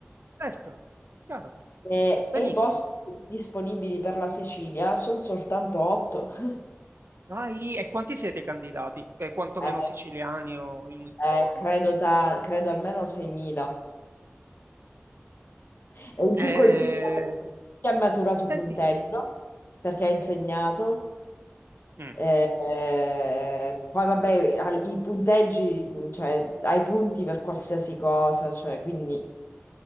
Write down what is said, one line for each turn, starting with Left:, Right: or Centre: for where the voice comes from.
Right: Certo, chiaro,
Left: E,
Right: benissimo.
Left: e i posti disponibili per la Sicilia sono soltanto 8. <laughs>
Right: Vai, e quanti siete i candidati? Eh, quantomeno
Left: Eh,
Right: siciliani o in un intorno?
Left: eh, credo, ta- credo almeno 6.000. E in
Right: Eh,
Left: più considera che ha maturato punteggio
Right: senti,
Left: perché ha insegnato.
Right: mm.
Left: Eh, eh, poi vabbè, al- i punteggi, mh, cioè hai punti per qualsiasi cosa, cioè quindi...